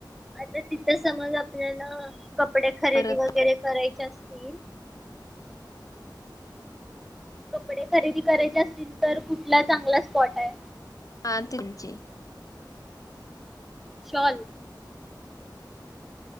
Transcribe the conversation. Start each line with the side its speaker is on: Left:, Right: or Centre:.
Centre: आता तिथं समज आपल्याला कपडे खरेदी
Left: परत
Centre: वगैरे करायचे असं कपडे खरेदी करायचे असतील तर कुठला चांगला स्पॉट आहे
Left: हा तुमची
Centre: शॉल